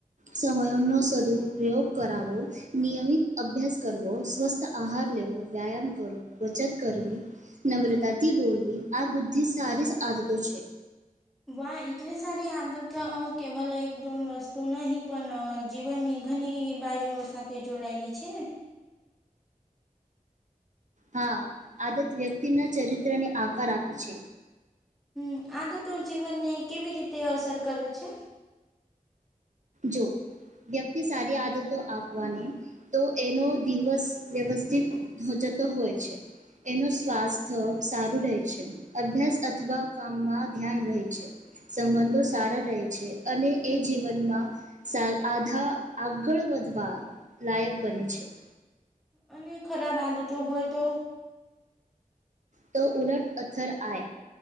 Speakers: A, on the right (about 60°); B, in the centre.
A: સમયોનો સદુપયોગ કરાવો. નિયમિત અભ્યાસ કરવો સ્વસ્થ આહાર લેવો વ્યાયામ કરો બચત કરવી. નમ્રતાથી બોલવી આ બુદ્ધી સારી આદતો છે.
B: વા એટલી સારી આદતો કેવલ એક દોન વસ્તુ નહી પણ જીવનની ઘણી બાજુઓ સાથે જોડાયેલી છે ને?
A: હા આદત વ્યક્તિના ચરિત્ર ને આકાર આપે છે.
B: હમ આદતો જીવનને કેવી રીતે અસર કરે છે?
A: જો, વ્યક્તિ સારી આદતો આપવાની. તો એનો દિવસ વ્યવસ્થિત જતો હોય છે. એનું સ્વાસ્થ્ય સારું રહે છે. અભ્યાસ અથવા કામમાં ધ્યાન રહે છે. સંબંધો સારા રહે છે અને એ જીવનમાં સારું આધા આગળ વધવા લાયક બને છે.
B: અને ખરાબ આદતો હોય તો?
A: તો ઉરટ અથર આ